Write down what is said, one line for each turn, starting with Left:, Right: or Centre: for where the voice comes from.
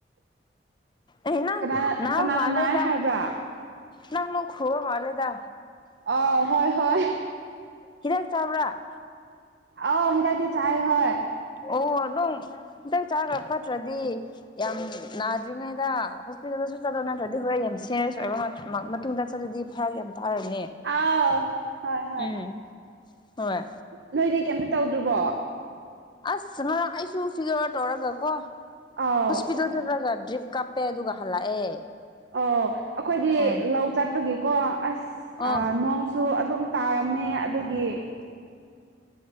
Left: ꯑꯦ ꯅꯪ
Right: ꯀꯅꯥ
Left: ꯅꯥꯕ
Right: ꯀꯅꯥꯅ
Left: ꯃꯥꯜꯂꯦꯗ
Right: ꯅꯥꯏ ꯍꯥꯏꯕ꯭ꯔꯥ
Left: ꯅꯪ ꯂꯣꯛ ꯈꯨꯕ ꯃꯥꯜꯂꯦꯗ
Right: ꯑꯧ ꯍꯣꯏ ꯍꯣꯏ
Left: ꯍꯤꯗꯥꯛ ꯆꯥꯕ꯭ꯔꯥ
Right: ꯑꯧ ꯍꯤꯗꯥꯛꯇꯤ ꯆꯥꯏꯌꯦ ꯍꯣꯢ
Left: ꯑꯣ ꯑꯗꯨꯝ ꯍꯤꯗꯥꯛ ꯆꯥꯔꯒ ꯐꯠꯇ꯭ꯔꯗꯤ ꯌꯥꯝ ꯅꯥꯗ꯭ꯔꯤꯉꯩꯗ ꯍꯣꯁꯄꯤꯇꯥꯜꯗꯁꯨ ꯆꯠꯂꯣ ꯅꯠꯇ꯭ꯔꯗꯤ ꯍꯣꯔꯦ ꯌꯥꯝ ꯁꯦꯔꯤꯌꯁ ꯑꯣꯏꯕ ꯃꯠ ꯃꯥ ꯃꯇꯨꯡꯗ ꯆꯠꯂꯗꯤ ꯐꯔꯛ ꯌꯥꯝ ꯇꯥꯔꯅꯤ
Right: ꯑꯥꯎ ꯍꯣꯏ ꯍꯣꯏ
Left: ꯎꯝ ꯍꯣꯏ
Right: ꯅꯣꯏꯗꯤ ꯀꯩꯝꯇ ꯇꯧꯗ꯭ꯔꯤꯕꯣ
Left: ꯑꯁ ꯉꯔꯥꯡ ꯑꯩꯁꯨ ꯐꯤꯚꯔ ꯇꯧꯔꯒ ꯀꯣ
Right: ꯑꯥꯎ
Left: ꯍꯣꯁꯄꯤꯇꯥꯜ ꯆꯠꯂꯒ ꯗ꯭ꯔꯤꯞ ꯀꯥꯞꯄꯦ ꯑꯗꯨꯒ ꯍꯜꯂꯛꯑꯦ
Right: ꯑꯧ ꯑꯈꯣꯏꯗꯤ
Left: ꯎꯝ
Right: ꯂꯧ ꯆꯠꯄꯒꯤꯀꯣ ꯑꯁ
Left: ꯑꯣ
Right: ꯑ ꯅꯣꯡ ꯁꯨ ꯑꯗꯨꯝ ꯇꯥꯔꯝꯃꯦ ꯑꯗꯨꯒꯤ